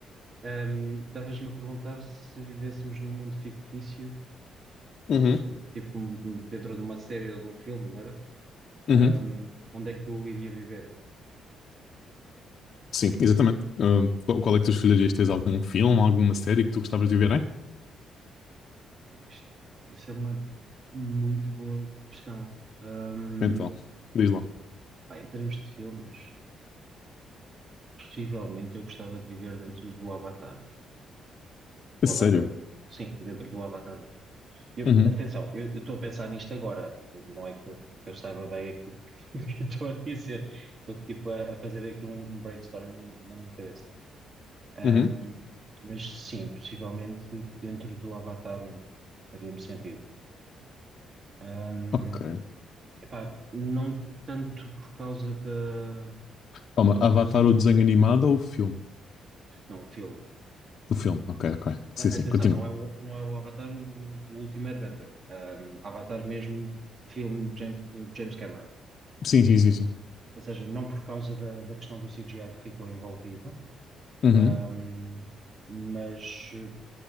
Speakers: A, on the right; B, on the left.
A: Hum, Estavas-me a perguntar se vivêssemos num mundo fictício,
B: Uhum,
A: tipo um- dentro de uma série ou de um filme, não era?
B: uhum.
A: Hum, onde é que eu iria viver?
B: Sim, exatamente. Ahm, qual, qual é que tu escolherias? Tens algum filme, alguma série que tu gostavas de ver, hein?
A: Pá, isto- isso é uma muito boa questão. Hum,
B: Então, diz lá.
A: pá, em termos de filmes, possivelmente eu gostava de viver dentro do Avatar. O
B: A Sério?
A: Avatar, sim, dentro do Avatar um Eu-
B: Uhum,
A: atenção, eu eu estou a pensar nisto agora. Eu- Não é que eu, que eu saiba bem aquilo que <laughs> que eu estou a dizer. Estou tipo a, a fazer aqui um, um brainstorming na na minha cabeça. Ahm,
B: uhum.
A: mas sim, possivelmente dentro do Avatar um faria-me sentido. Ahm,
B: Ok.
A: epá, não tanto por causa da,
B: Calma,
A: do,
B: Avatar
A: do CG,
B: o desenho animado ou o filme?
A: não, o filme,
B: O filme, ok, ok.
A: A-
B: Sim, sim,
A: Atenção,
B: continua.
A: não é o, não é o Avatar o, o último Airbender. Um, Avatar mesmo, filme James, do James Cameron.
B: Sim, sim, sim, sim.
A: Ou seja, não por causa da, da questão do CGI que ficou envolvido,
B: Uhum,
A: um, mas eh,